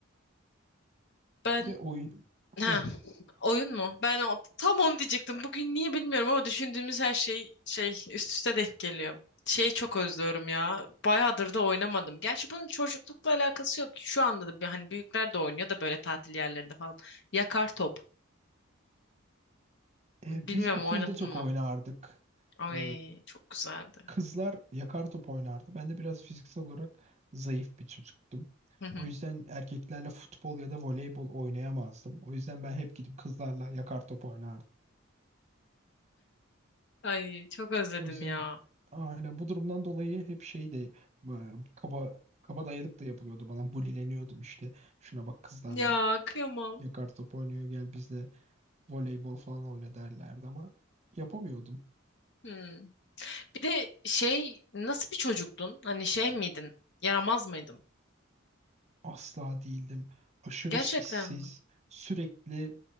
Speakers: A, on the left; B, on the right.
A: Ben
B: Bir de oyun...
A: ha,
B: Heh.
A: oyun mu? Ben o, tam onu diyecektim. Bugün niye bilmiyorum ama düşündüğümüz her şey şey üst üste denk geliyor. Şeyi çok özlüyorum ya. Bayağıdır da oynamadım. Gerçi bunun çocuklukla alakası yok. Şu anda da bir- hani büyükler de oynuyor da böyle tatil yerlerinde falan. Yakar top.
B: E,
A: Bilmiyorum
B: biz okulda
A: oynadın
B: çok
A: mı?
B: oynardık.
A: Ay
B: Ee,
A: çok güzeldi.
B: kızlar yakar top oynardı. Ben de biraz fiziksel olarak zayıf bir çocuktum.
A: Hı hı.
B: O yüzden erkeklerle futbol ya da voleybol oynayamazdım. O yüzden ben hep gidip kızlarla yakar top oynardım.
A: Ay çok özledim
B: O yüzden
A: ya.
B: aynen bu durumdan dolayı hep şey de e, kaba kaba dayalıp da yapılıyordu bana. Bulileniyordum işte. Şuna bak kızlarla
A: Ya kıyamam.
B: yakar top oynuyor gel bizle voleybol falan oyna derlerdi ama yapamıyordum.
A: Hmm. Bir de şey nasıl bir çocuktun? Hani şey miydin? Yaramaz mıydın?
B: Asla değildim. Aşırı
A: Gerçekten
B: sessiz,
A: mi?
B: sürekli